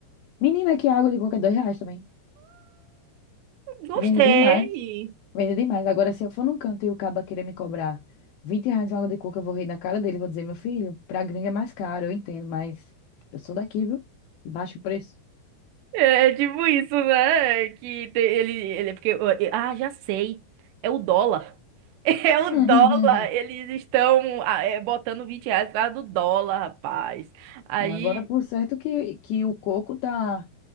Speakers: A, on the left; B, on the right.
A: Menina, que água de coca é dois reais também.
B: Gostei.
A: Vende demais. Vende demais. Agora, se eu for num canto e o caba querer me cobrar 20 reais uma água de coco, eu vou rir na cara dele. Vou dizer, meu filho, pra gringa é mais caro, eu entendo, mas eu sou daqui, viu? Baixo preço.
B: É é tipo isso, né? É Que tem- ele, ele, é porque, ah, já sei. É o dólar. <laughs> É o
A: <laughs>
B: dólar. Eles estão ah, é, botando 20 reais atrás do dólar, rapaz. Aí,
A: Agora, por certo que, que o coco tá.